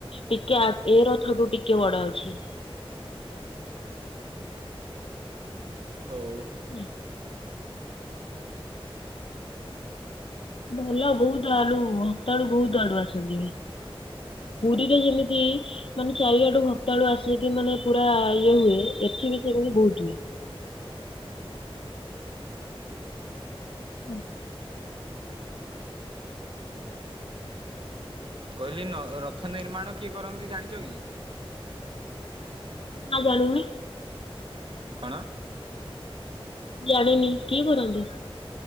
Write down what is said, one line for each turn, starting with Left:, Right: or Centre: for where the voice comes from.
Left: ଟିକେ ଆ ଏ ରଥଠୁ ଟିକେ ବଡ ଅଛି।
Right: ହଉ।
Left: ହେଲା। ଭଲ ବହୁତ ଆଳୁ ଭକ୍ତାଳୁ ବହୁତ ଆଡୁ ଆସନ୍ତି ବି। ପୁରୀରେ ଯେମିତି ମାନେ ଚାରିଆଡୁ ଭକ୍ତାଳୁ ଆସିକି ମାନେ ପୁରା ଇଏ ହୁଏ ଏଠି ବି ସେମତି ବହୁତ୍ ହୁଏ। ହେଲା।
Right: କହିଲି ନ ରଥ ନିର୍ମାଣ କିଏ କରନ୍ତି ଜାଣିଚ କି?
Left: ନା ଜାଣିନି।
Right: କଣ?
Left: ଜାଣିନି କିଏ କରନ୍ତି?